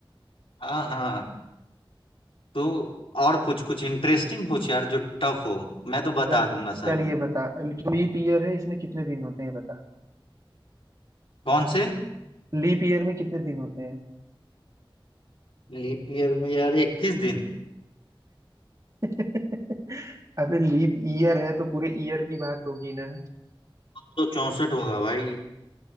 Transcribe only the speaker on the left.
हाँ हाँ तो और पूछ कुछ इंटरेस्टिंग पूछ यार जो टफ हो मैं तो बता
दूंगा सब
कौन से
लीप ईयर में यार इकतीस दिन
तो चौसठ होगा भाई